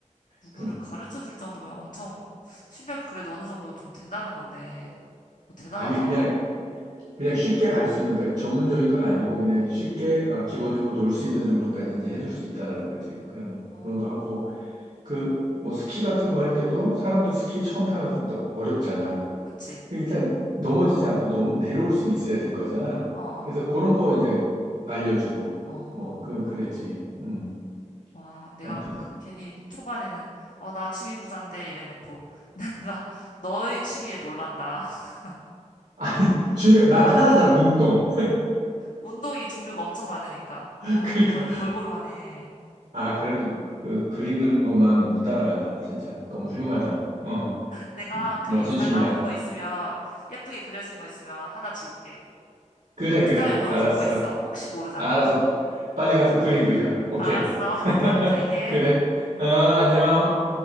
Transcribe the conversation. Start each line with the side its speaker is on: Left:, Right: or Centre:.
Left: 누구를
Right: 그,
Left: 가르쳐 줄 정도면 엄청 실력이 그래도 어느 정도 좀 된다는 건데. 어, 대단하다.
Right: 아니, 그냥, 그냥 쉽게 갈 수 있는 거, 전문적인 건 아니고, 그냥 쉽게, 어, 기본적으로 놀 수 있는 정도까지 이제 해줄
Left: 음,
Right: 수 있다라는 거지. 그,
Left: 어,
Right: 그런 거 하고, 그, 뭐, 스키 같은 거 할 때도, 사람도 스키 처음 타는 사람도 어렵잖아.
Left: 그치.
Right: 그 일단, 넘어지지 않고 너무 내려올 수는 있어야 될 거잖아.
Left: 어, 어,
Right: 그래서 그런 거 이제 알려주고,
Left: 어.
Right: 뭐, 그, 그랬지. 음,
Left: 와, 내가
Right: 아무튼. 그
Left: 괜히 초반에는, 어, 나 취미 부자인데, 이래놓고. <laughs> 내가 너의 취미에 놀란다. <laughs>
Right: 아니, 중요, 난 하나잖아, 운동.
Left: 운동이 종류가 엄청 많으니까. 어,
Right: <laughs> 그러니까,
Left: 그거를 골고루 하네.
Right: 아, 그래도 그 그림 그리는 것만 못 따라간다. 진짜. 너무 훌륭하다. 어,
Left: 내가
Right: 뭐,
Left: 그림
Right: 멋진
Left: 잘
Right: 춤이야.
Left: 나오는 거 있으면, 예쁘게 그려지는 거 있으면 하나 줄게.
Right: 그래,
Left: 투자용으로
Right: 그래. 알았어.
Left: 갖고 있어. 혹시 모르잖아.
Right: 아, 알아서 빨리 가서 그림 그려. 오케이.
Left: 알았어.
Right: <laughs>
Left: <laughs> 다음에 또 얘기해.
Right: 그래. 어, 안녕.